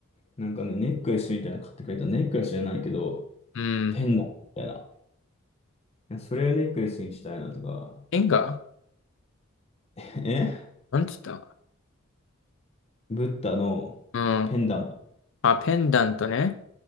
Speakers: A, on the left; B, on the left.
A: なんかねネックレスみたいなの買ってくれたネックレスじゃないけど
B: うん。
A: ペンダントみたいな。いやそれをネックレスにしたいなとか、
B: ペンが
A: <laughs> え
B: なんつった
A: ブッダのペンダント、
B: うん。まあ、ペンダントね。